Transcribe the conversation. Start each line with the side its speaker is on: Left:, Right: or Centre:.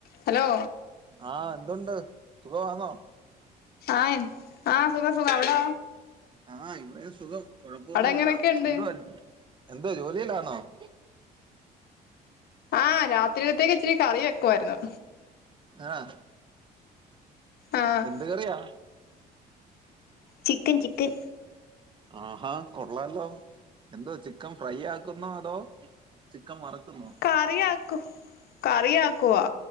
Left: Hello
Right: ആഹ എന്തുണ്ട് സുഖവാന്നോ
Left: ആയി ആഹ സുഖാ സുഖ അവടോ
Right: ആഹ് ഇവിടേം സുഖം കൊഴപ്പൊന്നുല്ല
Left: അവിടെ എങ്ങനെയൊക്കെയുണ്ട്
Right: എന്തുവായിരുന്ന് എന്തോ ജോലിയിലാണോ <inaudible>
Left: ആഹ് രാത്രിത്തേക്ക് ഇച്ചിരി കറി വെക്കുവായിരുന്നു
Right: ആഹ
Left: ആഹ്
Right: എന്ത് കറിയാ
Left: ചിക്കൻ ചിക്കൻ
Right: ആഹാ കൊള്ളാലോ എന്താ ചിക്കൻ ഫ്രൈ ആക്കുന്നോ അതോ ചിക്കൻ വർക്കുന്നോ
Left: കറിയാക്കും കറിയാക്കുവാ